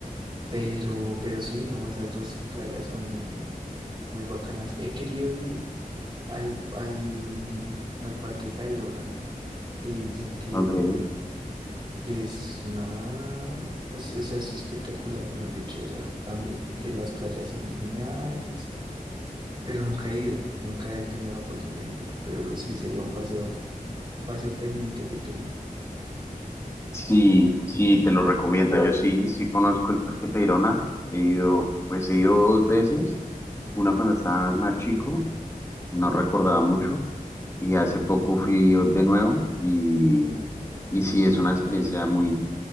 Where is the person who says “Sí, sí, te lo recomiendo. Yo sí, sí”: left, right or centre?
Left